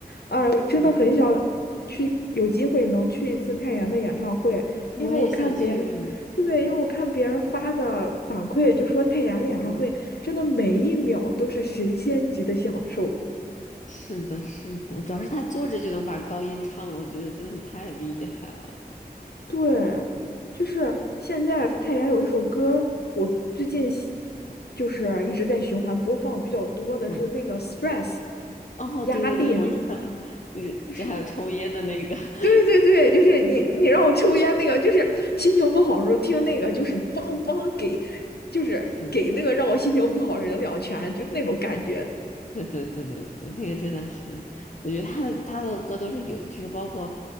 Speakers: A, on the left; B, on the left.
A: 啊，我真的很想去，
B: 嗯，
A: 有机会能去一次泰妍的演唱会，
B: 我也想去，
A: 因为我看别人，对，因为我看别人发的反馈，就说泰妍的演唱会真的每一秒都是神仙级的享受。
B: 嗯嗯。是的，是的，主要是他坐着就能把高音唱了，我觉得真的是太厉害了。
A: 对，就是现在太原有一首歌，我最近喜就是一直在循环播放比较多的是那个
B: 嗯，
A: stress
B: 哦，
A: 压力那个，
B: 对对对，我知道，就是这还有抽烟的那个，
A: 就是对对对，
B: <laughs>
A: 就是你你让我抽烟那个，
B: 嗯
A: 就是心情不好的时候听那个，就是梆梆给，就是给那个让我心情不好的人两拳，
B: 是的，
A: 就那种感觉。
B: 对对对对对，那个真的是，我觉得他的他的歌都是有，就是包括